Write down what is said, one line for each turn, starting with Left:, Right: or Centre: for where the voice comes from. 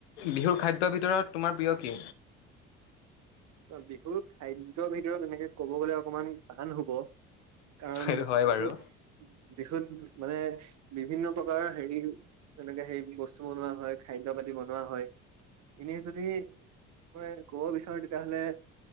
Left: বিহুৰ খাদ্যৰ ভিতৰত তোমাৰ প্ৰিয় কি
Right: বিহুৰ খাদ্যৰ ভিতৰত এনেকে কব গ'লে অকমান টান হব কাৰণ
Left: সেইটো হয়
Right: বিহুত
Left: বাৰু
Right: বিহুত মানে বিভিন্ন প্ৰকাৰ হেৰি এনেকে হে বস্তু বনোৱা হয় খাদ্য পাতি বনোৱা হয় এনেই যদি <unintelligible> ক'ব বিচ